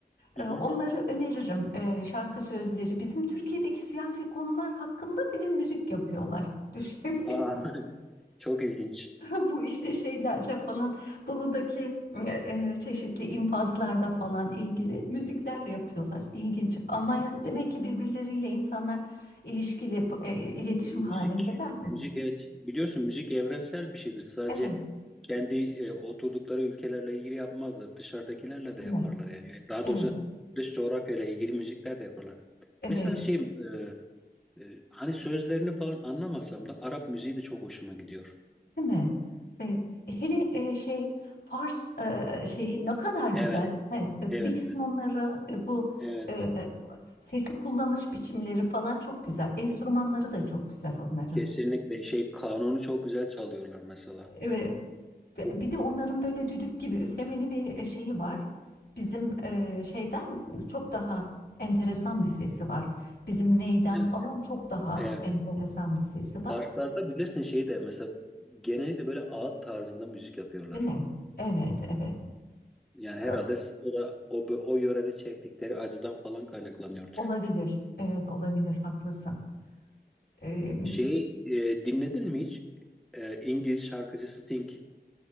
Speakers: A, in the centre; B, on the left (about 70°).
A: Hı
B: Ee,
A: hı.
B: Onları öneririm. Ee, Şarkı sözleri. Bizim Türkiye'deki siyasi konular hakkında bile müzik yapıyorlar. <laughs> Düşünebiliyor
A: Aa, <laughs> çok ilginç.
B: <laughs> Bu işte şeylerle falan doğudaki e, e, çeşitli infazlarla falan ilgili müzikler yapıyorlar. İlginç. Almanya'da
A: Hı hı.
B: demek ki birbirleriyle insanlar ilişkili e, iletişim
A: Ya, müzik,
B: halindeler mi?
A: müzik evet. Biliyorsun müzik evrensel bir şeydir. Sadece
B: Evet,
A: kendi e, oturdukları ülkelerle ilgili yapmazlar. Dışarıdakilerle de
B: değil
A: yaparlar
B: mi?
A: yani. Yani daha
B: Evet,
A: doğrusu dış coğrafyayla ilgili müzikler de yaparlar.
B: evet,
A: Mesela şey e, e, hani sözlerini falan anlamasam da Arap müziği de çok hoşuma gidiyor.
B: değil mi? E, hele e, şey Fars e, şeyi ne kadar güzel,
A: Evet,
B: değil mi? E,
A: evet,
B: Diksiyonları, e, bu
A: evet.
B: e, e, sesi kullanış biçimleri falan çok güzel. Enstrümanları da çok güzel onların.
A: Kesinlikle şey kanunu çok güzel çalıyorlar mesela.
B: Evet. Ve
A: Bu-
B: Bir de onların böyle düdük gibi üflemeli bir e, şeyi var. Bizim e, şeyden çok daha enteresan bir sesi var. Bizim neyden
A: Evet,
B: falan çok daha
A: evet.
B: enteresan
A: evet.
B: bir sesi var,
A: Farslarda bilirsin şeyi de mesela genellikle böyle ağıt tarzında müzik yapıyorlar.
B: değil mi? Evet, evet.
A: Yani herhalde
B: E,
A: s- o da o, bö- o yörede çektikleri acıdan falan kaynaklanıyordur.
B: Olabilir. Evet, olabilir. Haklısın. E,
A: Şey e, dinledin mi hiç? E, İngiliz şarkıcı Sting.